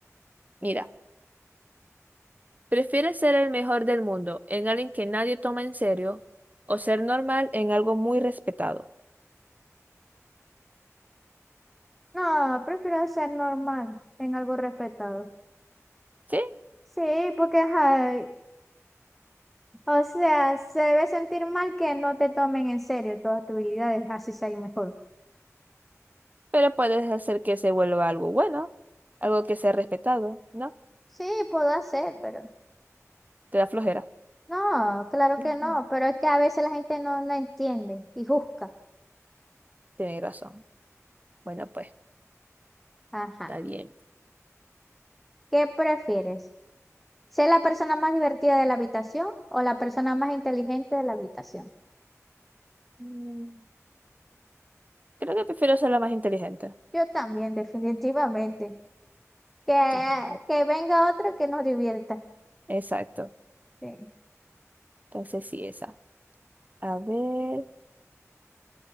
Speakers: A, on the right; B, in the centre.
A: Mira, ¿prefieres ser el mejor del mundo en alguien que nadie toma en serio o ser normal en algo muy respetado?
B: No, prefiero ser normal, en algo respetado.
A: Sí,
B: Sí, porque, ay, o sea, se debe sentir mal que no te tomen en serio todas tus habilidades, así sea mejor.
A: pero puedes hacer que se vuelva algo bueno, algo que sea respetado, ¿no?
B: Sí, puedo hacer, pero
A: Te da flojera.
B: no, claro
A: Ujú.
B: que no, pero es que a veces la gente no, no entiende y juzga.
A: Tienes razón. Bueno, pues.
B: Ajá.
A: Está bien.
B: ¿Qué prefieres? ¿Ser la persona más divertida de la habitación o la persona más inteligente de la habitación?
A: Mm, Creo que prefiero ser la más inteligente.
B: Yo también, <laughs> definitivamente. Que,
A: Entonces,
B: que venga otro que nos divierta.
A: Exacto.
B: Sí.
A: Entonces sí, esa. A ver,